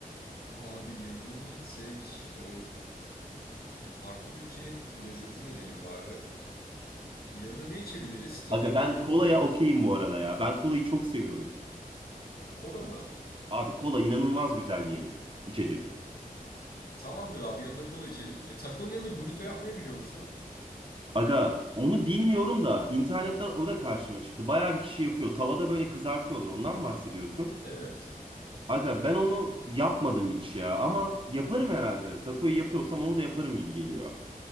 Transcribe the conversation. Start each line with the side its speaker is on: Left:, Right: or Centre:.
Left: Abi yanına ne içsek? Ee, farklı bir ülkenin lezzetini deneyelim bari. Yanına ne içebiliriz? Takon
Right: Aga ben
Left: yanına
Right: kolaya
Left: ne gider?
Right: okeyim bu arada ya. Ben kolayı çok seviyorum.
Left: Kola mı?
Right: Abi kola inanılmaz güzel bir yeme, içecek.
Left: Tamamdır abi yanına kola içelim. E, takon yanında burrito yapmayı biliyor musun?
Right: Aga onu bilmiyorum da internette o da karşıma çıktı. Bayağı bir kişi yapıyor. Tavada böyle kızartıyorlar. Ondan mı bahsediyorsun?
Left: Evet.
Right: Aga ben onu yapmadım hiç ya ama yaparım herhalde. Takoyu yapıyorsam onu da yaparım gibi geliyor.